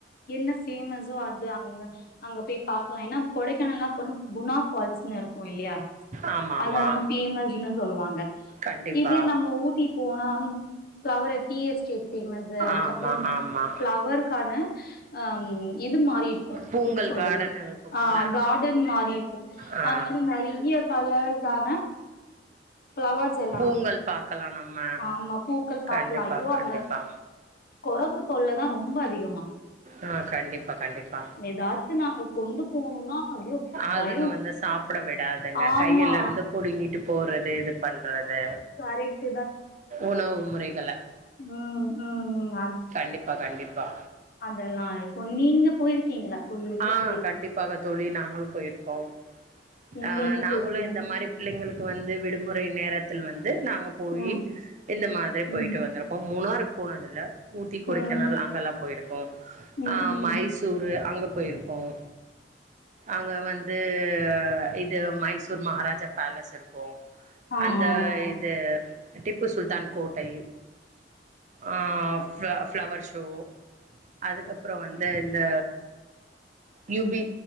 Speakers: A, on the left (about 55°); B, on the right (about 45°).
A: என்ன ஃபேமஸோ அது அங்க அங்க போய் பாக்கலாம் ஏன்னா கொடைக்கானல்லாம் போன குணா பால்ஸ்ன்னு இரு கொய்யா
B: ஆமா
A: அது
B: ஆமா
A: அங்க பேமஸ்ன்னு சொல்லுவாங்க
B: கண்டிப்பா
A: இதே நம்ம ஊட்டி போனா ப்ளவரு டீ எஸ்டேட் ஃபெமஸ்ஷு அதுக்கப்புறம்
B: ஆமா ஆமா
A: ஃபிளவர்கானு ஆம் இது மாறி இருக்கும்
B: பூங்கல்
A: எப்படி சொல்றது
B: கார்டன் இருக்கும்ல
A: ஆஹ் கார்டன் மாறி இருக்கும்
B: ஆ
A: அங்க வந்து நறைய கலர் ஜான பிளவர்ஸ் எல்லாம்
B: பூங்கல்
A: இருக்கும்
B: பாக்கலா நம்ம
A: ஆ ஆமா பூக்கள் பார்கலா
B: கண்டிப்பா
A: ஐயோ
B: கண்டிப்பா
A: அங்க கொரங்கு தொல்ல தான் ரொம்ப அதிகமா
B: ஆ கண்டிப்பா கண்டிப்பா
A: ஏதாச்சும் நாங்க கொண்டு போணும்னா ஐயோ
B: அதுங்க
A: பயோ
B: வந்து சாப்பிட விடாதுங்க
A: ஆமா
B: கையில இருந்து புடுங்கிட்டு போடுறது இது பண்றது
A: கரெக்ட்
B: உணவு முறைகளை
A: உஹம் உஹம் உஹம்
B: கண்டிப்பா கண்டிப்பா
A: அதெல்லாம் இருக்கும் நீங்க போயிருக்கீங்களா தோழி எங்க
B: ஆஹ்
A: போய்
B: கண்டிப்பாக தோழி நாங்களும் போயிருக்கோம்
A: நீங்க
B: ஆஹ்
A: எங்க
B: நாங்களும்
A: போயிருக்கீங்க
B: இந்த மாரி பிள்ளைங்களுக்கு வந்து விடுமுறை நேரத்தில் வந்து நாங்க போய்
A: ம்
B: இந்த மாதிரி போயிட்டு
A: ம்
B: வந்திருக்கோம் மூணாறு போனதில்ல ஊட்டி கொடைக்கனல்
A: ம்
B: அங்க எல்லாம் போயிக் ஒ
A: ம்
B: ஆஹ்
A: ம்
B: மைசூரு அங்க போயிருக்கோம் அங்க வந்து இது மைசூர் மகாராஜா பேலஸ் இருக்கோம்
A: ஆ
B: அந்த
A: ஆ ஆ
B: இது டிப்பு சுல்தான் கோட்டை அஹ் ஃப்ளவ் ஃப்ளவர் ஷோ அதுக்கப்புறம் வந்து இந்த லூபி